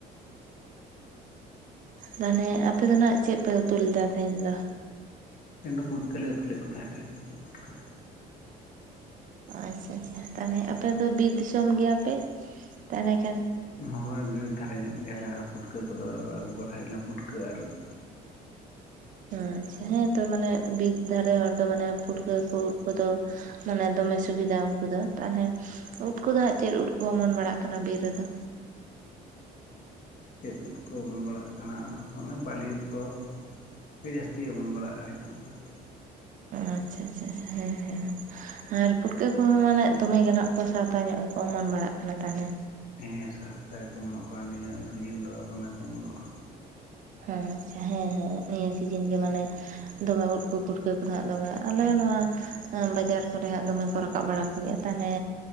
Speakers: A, on the right (about 50°); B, on the left (about 50°).
A: ᱛᱟᱦᱞᱮ ᱟᱯᱮ ᱫᱚ ᱱᱷᱟᱜ ᱪᱮᱫ ᱯᱮ ᱩᱛᱩ ᱞᱮᱫᱟ ᱛᱮᱦᱮᱧ ᱫᱚᱼᱼ
B: ᱛᱮᱧ ᱫᱚ ᱯᱩᱴᱠᱟᱹ ᱞᱮ ᱩᱛᱩ ᱞᱮᱜ ᱠᱚ ᱛᱟᱦᱮᱸ ᱛᱮᱦᱮᱧ ᱫᱚ ᱯᱩᱴᱠᱟᱹᱼᱼ
A: ᱟᱪᱪᱷᱟ ᱟᱪᱪᱷᱟ ᱛᱟᱦᱚᱞᱮ ᱟᱯᱮ ᱫᱚ ᱵᱤᱨ ᱫᱤᱥᱚᱢ ᱜᱮᱭᱟ ᱯᱮ ᱛᱟᱦᱞᱮ ᱠᱷᱟᱱᱼᱼ
B: ᱦᱳᱭ ᱵᱤᱨ ᱫᱷᱟᱨᱮ ᱧᱚᱜ ᱜᱮᱭᱟ ᱞᱮ ᱯᱩᱴᱠᱟᱹ ᱠᱚ ᱫᱚ ᱟᱹᱜᱩ ᱵᱟᱲᱟᱭ ᱱᱟ ᱯᱩᱴᱠᱟᱹ ᱟᱨ ᱩᱫᱼᱼ
A: ᱦᱚᱸ ᱟᱪᱪᱟ ᱦᱮᱸ ᱛᱚ ᱢᱟᱱᱮ ᱵᱤᱨ ᱫᱷᱟᱨᱮ ᱦᱚᱲ ᱫᱚ ᱢᱟᱱᱮ ᱯᱩᱴᱠᱟᱹ ᱠᱚ ᱩᱫ ᱠᱚ ᱫᱚᱼᱼ ᱢᱟᱱᱮ ᱫᱚᱢᱮ ᱥᱩᱵᱤᱫᱷᱟ ᱩᱱᱠᱩ ᱫᱚ ᱛᱟᱦᱞᱮ ᱩᱫ ᱠᱚᱫᱚ ᱦᱟᱸᱜ ᱪᱮᱫ ᱩᱫ ᱠᱚ ᱚᱢᱚᱱ ᱵᱟᱲᱟᱜ ᱠᱟᱱᱟ ᱵᱤᱨ ᱨᱮ ᱫᱚ?
B: ᱪᱮᱫ ᱩᱫ ᱠᱚ ᱚᱢᱚᱱ ᱵᱟᱲᱟᱜ ᱠᱟᱱᱟ ᱚᱱᱮ ᱵᱟᱞᱤ ᱩᱫ ᱠᱚ᱾ ᱜᱮ ᱡᱟᱹᱥᱛᱤ ᱚᱢᱚᱱ ᱵᱟᱲᱟᱜᱼᱟ ᱱᱤᱛᱚᱜ ᱢᱟ ᱱᱷᱟᱜᱼᱼ
A: ᱟᱪᱪᱷᱟ ᱪᱷᱟ ᱦᱮᱸ ᱦᱮᱸ <unintelligible> ᱟᱨ ᱯᱩᱴᱠᱟᱹ ᱠᱚ ᱦᱚᱸ ᱢᱟᱱᱮ ᱫᱚᱢᱮ ᱜᱮ ᱱᱷᱟᱜ ᱠᱚ ᱥᱟᱦᱛᱟ ᱧᱚᱜ ᱜᱮ ᱠᱚ ᱚᱢᱚᱱ ᱵᱟᱲᱟᱜ ᱠᱟᱱᱟ ᱛᱟᱦᱞᱮᱼᱼ
B: ᱦᱮᱸ ᱥᱟᱥᱛᱟ ᱜᱮ ᱠᱚ ᱚᱢᱚᱱᱚᱜ ᱠᱟᱱᱟ ᱱᱤᱭᱟᱹ ᱥᱤᱡᱤᱱ ᱫᱚ ᱫᱚᱢᱮ ᱠᱚ ᱚᱢᱚᱱᱚᱜᱼᱟ᱾
A: ᱦᱮᱸ ᱟᱪᱪᱷᱟ ᱦᱮᱸ ᱦᱮᱸ ᱱᱤᱭᱟᱹ ᱥᱤᱡᱤᱱ ᱜᱮ ᱢᱟᱱᱮᱼᱼ ᱫᱚᱢᱮ ᱩᱫ ᱠᱚ ᱯᱩᱴᱠᱟᱹ ᱠᱚ ᱱᱷᱟᱜ ᱫᱚᱢᱮ ᱟᱞᱮ ᱱᱚᱣᱟ ᱵᱟᱡᱟᱨ ᱠᱚ ᱨᱮ ᱦᱟᱸᱜ ᱫᱚᱢᱮ ᱠᱚ ᱨᱟᱠᱟᱵ ᱵᱟᱲᱟᱼᱼ ᱤᱭᱟᱹ ᱛᱟᱦᱱᱮ